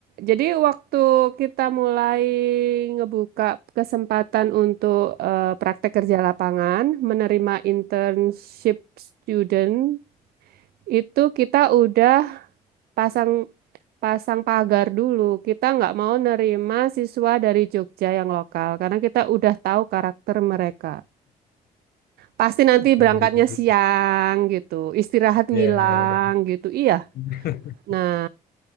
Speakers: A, on the right; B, on the left.
A: Jadi waktu kita mulai ngebuka kesempatan untuk eh, praktek kerja lapangan, menerima internship student, itu kita udah pasang pasang pagar dulu. Kita nggak mau nerima siswa dari Jogja yang lokal karena kita udah tahu karakter mereka. Pasti nanti
B: Sampai
A: berangkatnya
B: segitu.
A: siang gitu, istirahat
B: Ya,
A: ngilang
B: ya, ya.
A: gitu. Iya.
B: <laughs>
A: Nah,